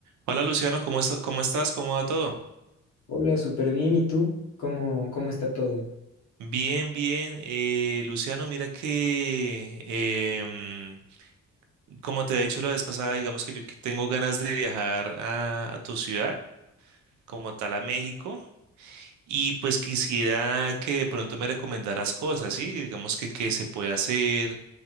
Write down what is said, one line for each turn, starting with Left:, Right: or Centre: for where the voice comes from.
Right: Hola Luciano, ¿cómo estás? ¿Cómo estás? ¿Cómo va todo?
Left: Hola, súper bien. ¿Y tú? ¿Cómo, cómo está todo?
Right: Bien, bien. eh, Luciano, mira que, em, como te he dicho la vez pasada, digamos que yo que tengo ganas de viajar a, a tu ciudad, como tal a México. Y pues quisiera que de pronto me recomendaras cosas, ¿sí? Digamos que qué se puede hacer,